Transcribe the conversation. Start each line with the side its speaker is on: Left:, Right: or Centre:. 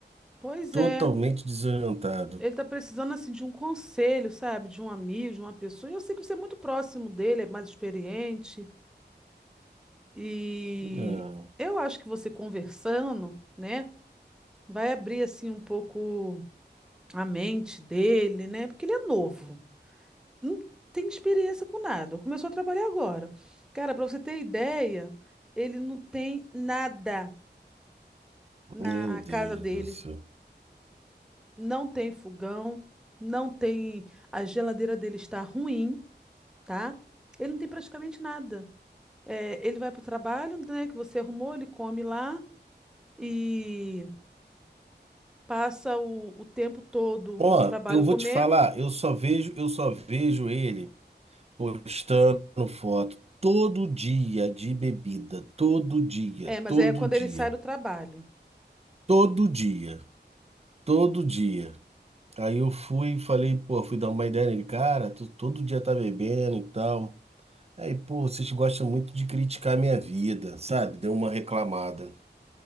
Centre: Pois
Right: Totalmente
Centre: é.
Right: desorientado.
Centre: Ele tá precisando assim de um conselho, sabe? De um amigo, de uma pessoa. E eu sei que você é muito próximo dele, é mais experiente. E
Right: Ah,
Centre: eu acho que você conversando, né, vai abrir assim um pouco a mente dele, né? Porque ele é novo, não tem experiência com nada. Começou a trabalhar agora. Cara, para você ter ideia, ele não tem nada na
Right: meu Deus
Centre: casa dele.
Right: do céu.
Centre: Não tem fogão, não tem. A geladeira dele está ruim tá? Ele não tem praticamente nada. É, ele vai para o trabalho, né, que você arrumou, ele come lá e passa o, o tempo todo
Right: Ó,
Centre: no trabalho
Right: eu vou
Centre: comendo.
Right: te falar, eu só vejo, eu só vejo ele postando foto todo dia de bebida, todo dia,
Centre: É, mas
Right: todo
Centre: é quando
Right: dia,
Centre: ele sai do trabalho.
Right: todo dia. Todo dia. Aí eu fui e falei, pô, fui dar uma ideia nele, cara, tu todo dia tá bebendo e tal. Aí, pô, vocês gostam muito de criticar a minha vida, sabe? Deu uma reclamada.